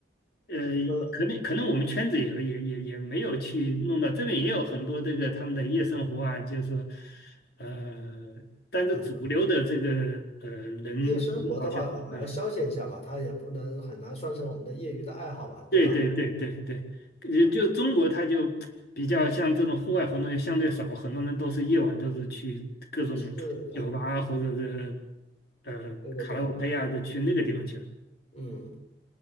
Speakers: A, on the left; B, on the left.
A: 呃，
B: 呃，
A: 可能可能我们圈子也也也也没有去弄到这边，也有很多这个他们的夜生活啊，就是说呃，但是主流的这个呃人好像，
B: 呃，夜生活的话，我尔消遣一下吧，
A: 啊，
B: 它也不能很难算成我们的业余的爱好吧，
A: 对对对对对，
B: 对吧？
A: 就就中国他就比较像这种户外活动就相对少，
B: 啊，
A: 很多人都是夜晚都是去各种酒吧或者是
B: 是的，
A: 呃卡拉
B: 对对对，
A: OK 啊，就去那个地方去了。
B: 嗯，